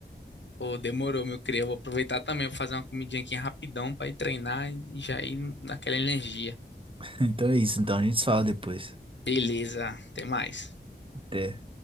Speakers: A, on the left (about 75°); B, on the right (about 30°).
A: Pô, demorou, meu cria. Eu vou aproveitar também, vou fazer uma comidinha aqui rapidão pra ir treinar e já ir naquela energia.
B: <laughs> Então é isso, então a gente se fala depois.
A: Beleza, até mais.
B: Até.